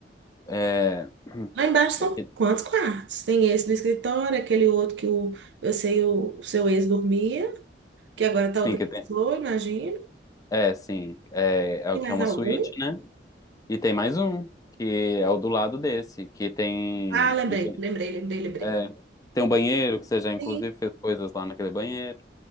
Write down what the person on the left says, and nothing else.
É, hum.
é que,
sim,
que
tem.
É, sim. É, é
o que
é uma
suíte, né? E tem mais um, que é o do lado desse, que tem.
E tem,
é, tem um banheiro, que você já inclusive
fez coisas lá naquele banheiro.